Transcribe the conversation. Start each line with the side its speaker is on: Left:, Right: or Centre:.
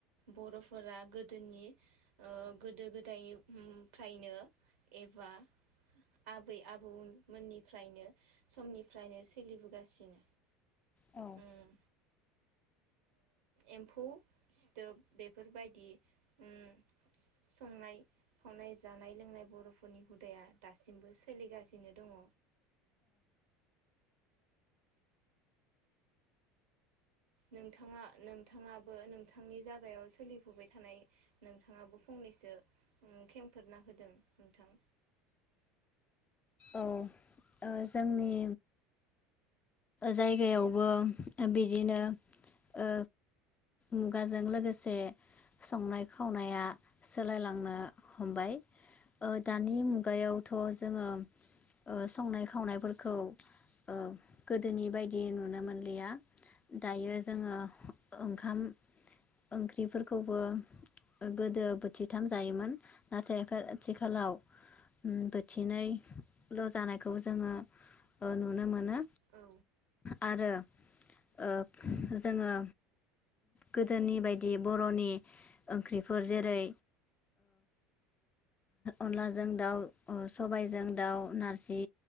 Right: बर'फोरा गोदोनि ओ गोदो गोदाय उम फ्रायनो एबा आबै आबौमोननिफ्रायनो समनिफ्रायनो सोलिबोगासिनो
Left: औ
Right: उम एम्फौ सिथोब बेफोरबायदि उम संनाय खावनाय जानाय लोंनाय बर'फोरनि हुदाया दासिमबो सोलिगासिनो दङ। नोंथाङा नोंथाङाबो नोंथांनि जागायाव सोलिफुबाय थानाय नोंथाङाबो फंनैसो ओम खेंफोरना होदों नोंथां।
Left: औ ओ जोंनि जायगायावबो बिदिनो ओ मुगाजों लोगोसे संनाय खावनाया सोलायलांनो हमबाय दानि ओ मुगायावथ' जोङो संनाय खावनायफोरखौ ओ गोदोनि बायदि नुनो मोनलिया दायो जोङो ओंखाम ओंख्रिफोरखौबो गोदो बोथिथाम जायोमोन नाथाय आथिखालाव उम बोथिनै ल' जानायखौ जोङो ओ नुनो मोनो।
Right: औ
Left: आरो ओ जोङो गोदोनि बायदि बर'नि ओंख्रिफोर जेरै अनलाजों ओ दाउ सबायजों दाउ नारजि